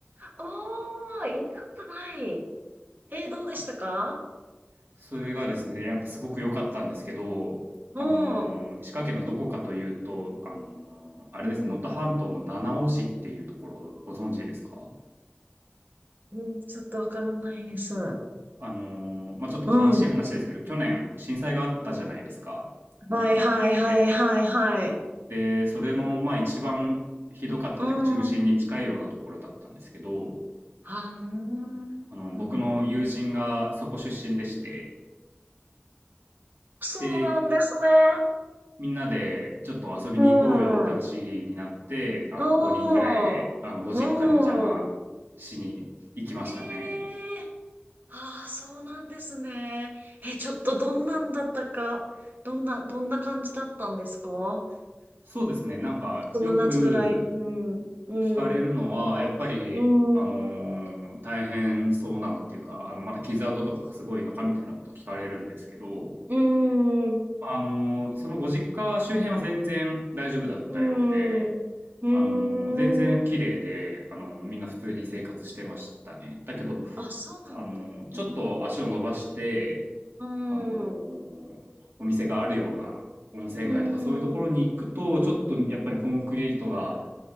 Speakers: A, on the right; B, on the right.
A: おー、行ったことない。えー、どうでしたか
B: あそれがですね、やっぱすごく良かったんですけど、
A: うん、
B: あのー石川県のどこかというと、あのーあれですね、
A: うん、
B: 能登半島の七尾市っていうところ、ご存知ですか
A: うん、ちょっとわからないです。う
B: あのーまあ、ちょっと悲しい話ですけど、
A: ん。
B: 去年震災があったじゃないですか。
A: はいはいはいはいはい。
B: 能登半島で。で、それの、まあ一番ひどかったっていうか中心に近いようなところだったんですけど、
A: うん。はーん。
B: あの、僕の友人がそこ出身でして、
A: そうなんですね。
B: で、みんなでちょっと遊びに行こうよって話になって、
A: うん。
B: あの、
A: ああ、
B: 5人ぐらいで、あの、ご実家にお邪魔しに行きましたね。
A: うん。ええああ、そうなんですね。え、ちょっとどんなんだったか、どんな、どんな感じだったんですか
B: そうですね、なんかよく
A: その夏ぐらい。うん、うん、
B: 聞かれるのは、やっぱり、
A: うん、
B: あのー大変そうなのっていうか、
A: うん、
B: あの、まだ傷跡とかがすごいのかみたいなこと聞かれるんですけど、
A: うん、
B: あの、そのご実家周辺は全然大丈夫だったようで、
A: うん、う
B: あの、全然綺麗で、
A: ん。
B: あの、みんな普通に生活してましたね。だけど、
A: あ、そうなんだ。
B: あの、ちょっと足を伸ばして、
A: うん、うん、
B: あの、お店があるような温泉街とかそういうところに行くと、
A: うん、
B: ちょっとやっぱりコンクリートが、